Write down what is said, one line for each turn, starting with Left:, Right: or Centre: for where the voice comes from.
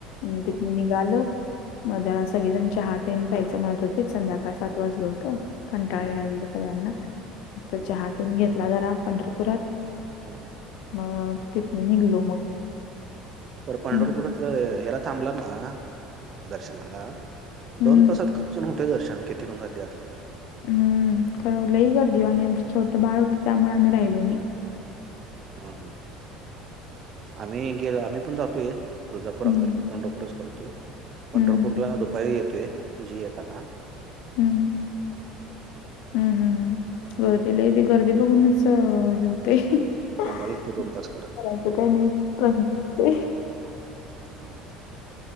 Left: म तिथन
Right: हम्म
Left: निगाल म जरा सगळीजण चहा तेन प्यायचं म्हणत होतीत संध्याकाळ सात वाजलं होतं. कंटाळा
Right: हम्म
Left: याय लागलेला सगळ्यांना
Right: बर
Left: चहातेन घेतला जरा पंढरपुरात.
Right: हम्म
Left: म तिथन निघलो मग.
Right: तर पंढरपूरच
Left: मग
Right: हेला थांबला ना दर्शनाला
Left: हम्म.
Right: दोन तासात खचन होते दर्शन किती पण खधदी असली तर
Left: हम्म खरं लई कर देऊ आणि आमचं छोटं बाळ होतं त्यामुळे आम्ही राहिलो नाही
Right: हम ह आम्ही गेलो आम्ही पण जातोय तुळजापर
Left: हं.
Right: अक्कलकड पंढरपरच करतय पंढरपूरला
Left: हं.
Right: दुपारी येते म्हणजे येता ना
Left: हम् हम्म हम् गर्दी ल ब घरदी अधी बघूनच हे होतयं अ
Right: थांबायला
Left: ह.
Right: लागते दोन तास करत
Left: करायचं काय नाही प्रश्न पडतोय.
Right: हम.